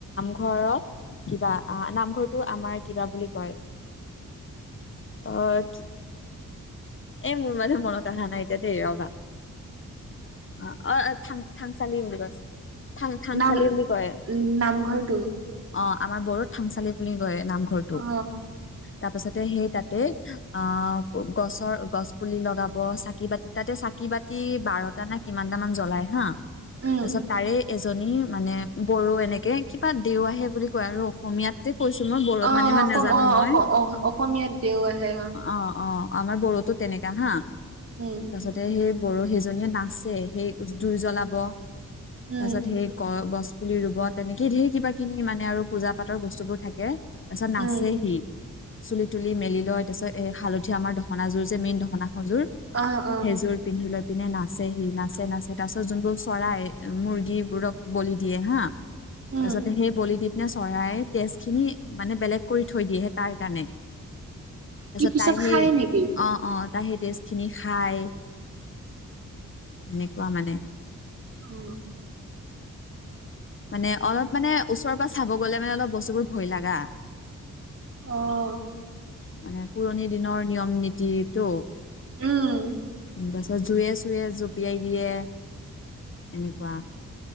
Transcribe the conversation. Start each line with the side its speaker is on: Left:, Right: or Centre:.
Left: ঘৰত কিবা নামঘৰটো আমাৰ কিবা বুলি কয়। অ কি এই মোৰ মাজে মনত আহা নাই এতিয়া দেই ৰবা। অ অ থ থাংচালি বুলি কৈছে। থাং থাংচালি
Right: নাম
Left: বুলি কয়
Right: নামঘৰটো
Left: অ আমাৰ বড়োত থানচালি বুলি কয় নামঘৰটো।
Right: অ
Left: তাৰ পাছতে সেই তাতে অ গছৰ গছ পুলি লগাব চাকি বতি তাতে চাকি ক বাতি বাৰটা না কিমানটা মান জ্বলাই হা
Right: উম
Left: তাৰ পিছত তাৰে। এজনী মানে বড়ো এনেকে কিবা দেউ আহে বুলি কয় আৰু অসমীয়তে। কৈছো মই বৰত
Right: অ
Left: মানি ইমান
Right: অসম
Left: নাজানো
Right: অ
Left: মই
Right: অস অ অসমীয়াত দেও আহে
Left: অ অ। আমাৰ বড়োতো তেনেকা হা
Right: উম
Left: তাৰছতে সেই বড়ো। সেই জনীয়ে নাচে সেই জুই জ্বলাব তাৰ
Right: উম
Left: পিছত সেই কল গছ পুলি ৰুব তেনেকেই ঢেৰ কিবা কিনি মানে আৰু পূজা পাতৰ বস্তুবোৰ থাকে তাৰ পিছত নাচেহি।
Right: উম
Left: চুলি তুলি মেলি লয় তাৰপিছ এ হালধীয়া আমাৰ দহনাযোৰ যে মেইন দহনা সযোৰ
Right: অ অ
Left: সেযোৰ পিন্ধিলে। পিনে নাচে সি নাচে নাচে তাৰ পিছত যোনবোৰ চৰাই মুৰ্গী বোৰক বলি দিয়ে হা।
Right: উম
Left: তাৰ পাছতে সেই পলিটপ। সনা চৰাই তেজ খিনি মানে বেলেগ কৰি থৈ দিয়েহে তাৰ কাৰণে। তাৰপিছত
Right: কি পিছত
Left: তাইহে
Right: খায় নেকি
Left: অ অ তাইহ। তেজ খিনি খাই সেনেকুৱা মানে।
Right: উ।
Left: মানে অলপ মানে ওচৰৰ পৰা চাব গ'লে মানে অলপ বস্তুবোৰ ভয় লাগা।
Right: অঁ
Left: মানে পুৰণি দিনৰ নিয়ম নীতিটো
Right: উম।
Left: তাৰ পিছত জুয়ে চুয়ে জঁপিয়াই দিয়ে এনেকুৱা।